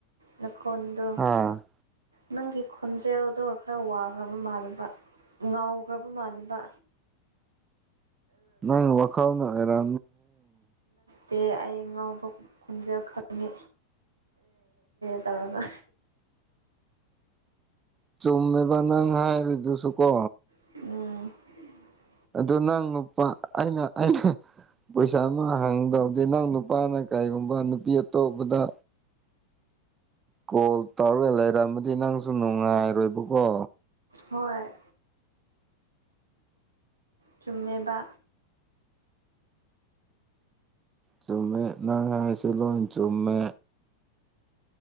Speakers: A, on the right; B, on the right.
A: ꯅꯈꯣꯟꯗꯣ
B: ꯍꯥ
A: ꯅꯪꯒꯤ ꯈꯣꯟꯖꯦꯜꯗꯣ ꯈꯔ ꯋꯥꯈ꯭ꯔꯕ ꯃꯥꯜꯂꯤꯕ ꯉꯥꯎꯈ꯭ꯔꯕ ꯃꯥꯜꯂꯤꯕ
B: ꯅꯪ ꯋꯥꯈꯜꯅꯔꯦ
A: ꯗꯦ ꯑꯩ ꯉꯕ ꯈꯨꯝꯖꯦꯜ ꯈꯪꯉꯤ ꯇꯧꯔꯒ
B: ꯆꯨꯝꯃꯤꯕ ꯅꯪ ꯍꯥꯏꯔꯤꯗꯨꯁꯨ ꯀꯣ
A: ꯎꯝ
B: ꯑꯗꯣ ꯅꯪ ꯅꯨꯄꯥ ꯑꯩꯅ ꯑꯩꯅ ꯄꯩꯁꯥ ꯑꯃ ꯍꯥꯡꯗꯕꯗꯤꯦ ꯅꯪ ꯅꯨꯄꯥꯅ ꯀꯔꯤꯒꯨꯝꯕ ꯅꯨꯄꯤ ꯑꯇꯣꯞꯄꯗ ꯀꯣꯜ ꯇꯧꯔꯦ ꯂꯩꯔꯝꯃꯗꯤ ꯅꯪꯁꯨ ꯅꯨꯡꯉꯥꯏꯔꯣꯏꯕꯀꯣ
A: ꯍꯣꯏ ꯆꯨꯝꯃꯦꯕ
B: ꯆꯨꯝꯃꯦ ꯅꯪ ꯍꯥꯏꯁꯤ ꯂꯣꯏ ꯆꯨꯝꯃꯦ